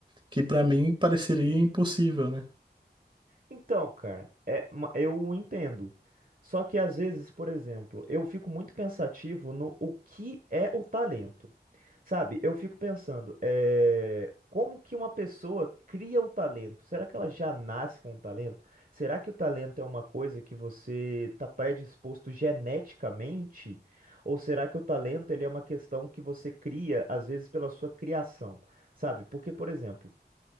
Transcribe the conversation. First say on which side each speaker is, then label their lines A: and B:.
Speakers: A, on the right; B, on the right.
A: que para mim pareceria impossível, né?
B: Então, cara, é, ma- eu entendo. Só que às vezes, por exemplo, eu fico muito pensativo no o que é o talento. Sabe, eu fico pensando, é, como que uma pessoa cria o talento? Será que ela já nasce com o talento? Será que o talento é uma coisa que você está predisposto geneticamente? Ou será que o talento ele é uma questão que você cria, às vezes, pela sua criação? Sabe, porque, por exemplo.